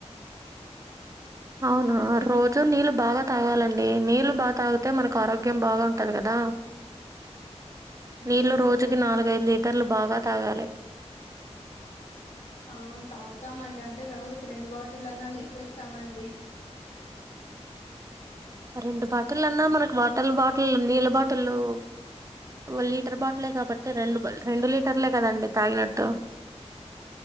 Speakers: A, on the right (about 30°); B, on the left (about 75°).
A: అవునా రోజూ నీళ్ళు బాగా తాగాలం డి నీళ్లు బాగా తాగితే మనకు ఆరోగ్యం బాగా ఉంటది కదా
B: ఉమ్
A: నీళ్లు రోజుకి
B: అవునండి
A: నాలుగైదు లీటర్లు బాగా తాగాలి
B: ఆ తాగుతామండి అంటే రోజుకి రెండు బాటిలన్న లేపెస్తామండి.
A: రెండు బాటిల్ అన్నా మనకు వాటల్ బాటిల్ నీళ్ళ బాటిలు లీటర్ బాటిలే కాబట్టి రెండు రెండు లీటర్లే కదండి తాగినట్టు